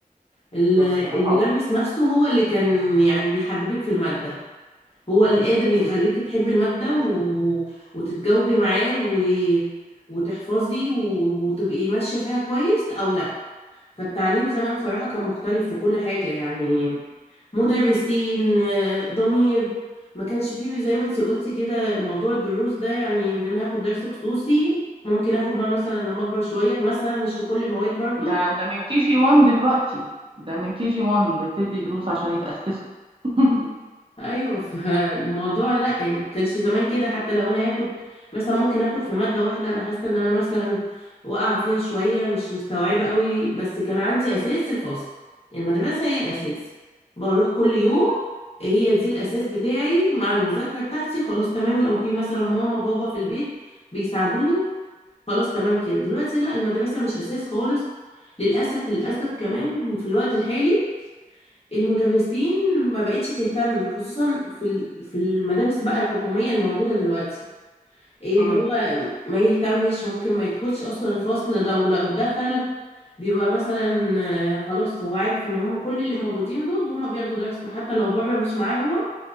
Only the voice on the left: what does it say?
ال-
المدرس
نفسه هو اللي كان يعني بيحببك في المادة هو اللي قادر يخليكي
تحبي المادة و... وتتجاوبي معاه و... وتحفظي و... وتبقي ماشية فيها كويس أو لا فالتعليم زمان صراحة كان مختلف في كل حاجة يعني مدرسين آه، ضمير ما كانش فيه زي ما انت قلتي كده موضوع الدروس ده يعني ان انا اخد درس خصوصي ممكن اخد بقى مثلا لما اكبر شوية مثلا مش في كل المواد برضو
ايوه <laughs> فالموضوع لا ما كانش زمان كده حتى لو انا هاخد مثلا ممكن اخد في ماده واحده انا حاسه ان انا مثلا واقعه فيها شويه مش مستوعبه قوي بس كان عندي اساس الفصل المدرسه هي الاساس بروح كل يوم هي دي الاساس بتاعي مع المذاكره بتاعتي خلاص تمام لو في مثلا ماما بابا في البيت بيساعدوني خلاص تمام كده دلوقتي لا المدرسه مش اساس خالص للاسف للاسف كمان في الوقت الحالي المدرسين ما بقتش تهتم خصوصا في ال- في المدارس بقى الحكومية الموجودة دلوقتي ايه
ان هو ما يهتمش ممكن ما يدخلش اصلا الفصل ده ولو دخل بيبقى مثلا آه، خلاص هو عارف ان هم كل اللي موجودين دول هم بياخدوا درس حتى لو بره مش معاه هو